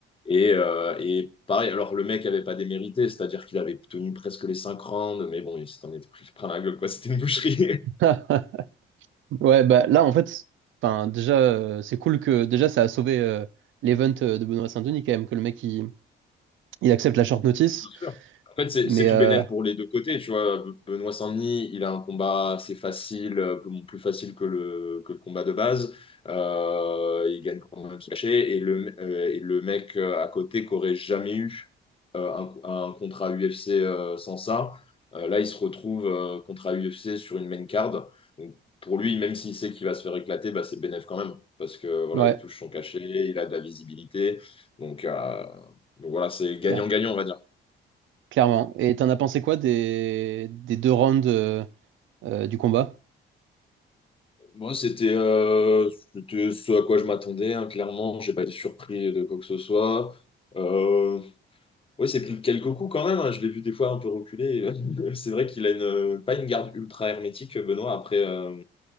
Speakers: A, on the left; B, on the right.
A: Et, euh, et pareil, alors le mec avait pas démérité, c'est-à-dire qu'il avait tenu presque les 5 rounds, mais bon, il s'en était pris plein la gueule, quoi. C'était une boucherie.
B: <laughs> Ouais, bah là, en fait, enfin, déjà, euh, c'est cool que déjà ça a sauvé euh, l'event euh, de Benoît Saint-Denis quand même, que le mec il, il accepte la short notice.
A: bien sûr. En fait, c'est
B: Mais
A: c'est tout
B: euh,
A: bénéf pour les deux côtés, tu vois. Be- Benoît Saint-Denis, il a un combat assez facile, euh, bon, plus facile que le, que le combat de base. Euh, il gagne quand même son cachet. Et le, euh, et le mec euh, à côté qu'aurait jamais eu euh, un, un contrat UFC euh, sans ça, euh, là, il se retrouve euh, contrat UFC sur une main card. Donc, pour lui, même s'il sait qu'il va se faire éclater, bah, c'est bénéf quand même. Parce que voilà,
B: ouais,
A: il touche son cachet, il a de la visibilité. Donc, euh, donc voilà, c'est gagnant-gagnant,
B: clair-
A: on va dire.
B: clairement. Et t'en as pensé quoi des, des deux rounds euh, euh, du combat?
A: Moi, c'était euh, c'était ce à quoi je m'attendais, hein, clairement. J'ai pas été surpris de quoi que ce soit. Euh, ouais, c'est pris quelques coups quand même. hein. Je l'ai vu des fois un peu reculer. <laughs> C'est vrai qu'il a une, pas une garde ultra hermétique, Benoît. Après, euh,